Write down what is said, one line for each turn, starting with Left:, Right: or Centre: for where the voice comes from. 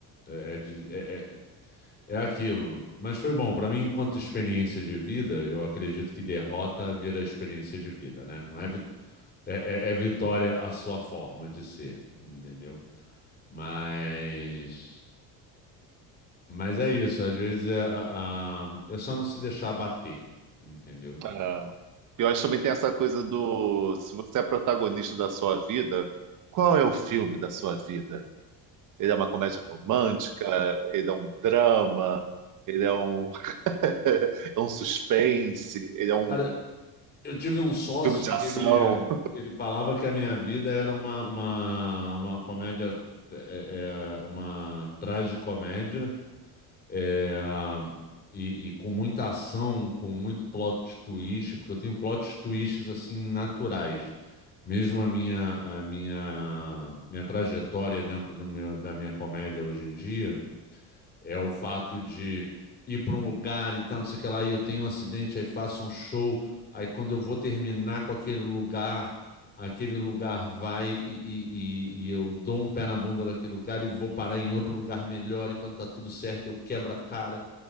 Left: É, é de- é- é É aquilo. Mas foi bom. Para mim, enquanto experiência de vida, eu acredito que derrota vira experiência de vida, né? Não é, vi- é, é- é vitória a sua forma de ser, entendeu? Mas. Mas é isso. Às vezes é, a- a- é só não se deixar bater, entendeu?
Right: É. Eu acho que também tem essa coisa do se você é protagonista da sua vida, qual é o filme da sua vida? Ele é uma comédia romântica, ele é um drama, ele é um, <laughs> é um suspense, ele é um
Left: Cara, eu tive um sócio
Right: filme de ação.
Left: que ele, ele falava que a minha vida era uma, uma, uma comédia, é, é, é, uma tragicomédia. É, e, e com muita ação, com muito plot twist, porque eu tenho plot twists assim naturais. Mesmo a minha, a minha, minha trajetória dentro do meu- da minha comédia hoje em dia é o fato de ir para um lugar e tal, não sei o que lá, e eu tenho um acidente, aí faço um show, aí quando eu vou terminar com aquele lugar, aquele lugar vai e, e- e- e eu dou um pé na bunda daquele lugar e vou parar em outro lugar melhor, e quando tá tudo certo eu quebro a cara,